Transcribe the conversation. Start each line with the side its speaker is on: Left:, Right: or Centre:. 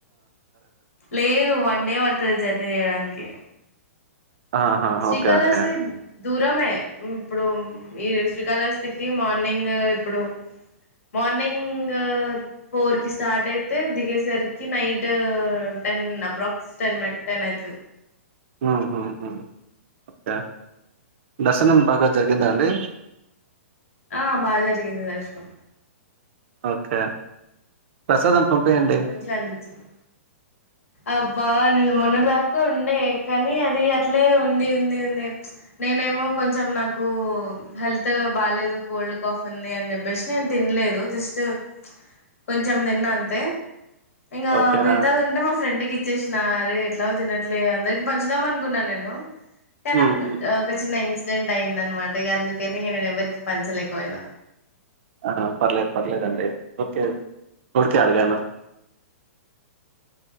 Left: లేదు వన్ డే పడుతది జర్నీ చేయడానికి
Right: ఆహా!
Left: శ్రీకాళస్తి
Right: ఓకే. ఓకే.
Left: దూరమే ఇప్పుడు ఈ శ్రీకాళస్తికి మార్నింగ్ ఇప్పుడు మార్నింగ్ ఫోర్ కి స్టార్ట్ అయితే దిగేసరికి నైట్ టెన్ అప్రాక్సి స్ మే టెన్ అఐతది
Right: ఉహుహు ఓకే దర్శనం బాగా జరిగిందాండి
Left: ఆ బాగ జరిగింది దర్శనం
Right: ఓకే ప్రసాదం పంపపియండి
Left: మంచిగనిపించింది అబ్బా నేను మొన్నటిదాకా ఉండే కానీ అది అట్లే ఉంది ఉంది ఉంది నేనేమో కొంచెం నాకు హెల్త్ బాలేదు కోల్డ్ కాఫ్ ఉంది అని చెప్పేసి నేను తినలేదు జస్ట్ కొంచెం తిన్న అంతే ఇంకా
Right: ఓకే.
Left: మిగతాదుంటే
Right: ఆ!
Left: మా ఫ్రెండ్కి ఇచ్చ ఇచ్చేసిన అరే ఎట్లాగో తినట్లే అందరికి పంచుదాం అనుకున్న నేను కానీ
Right: హ్మ్. హ్మ్.
Left: చిన్న ఇన్సిడెంట్ అయిందన్నమాట ఇక అందుకని ఇక నేను ఎవరికి పంచలేకపోయినా
Right: ఆ పర్లేదు పర్లేదండి ఓకే ఊరికే అడిగాను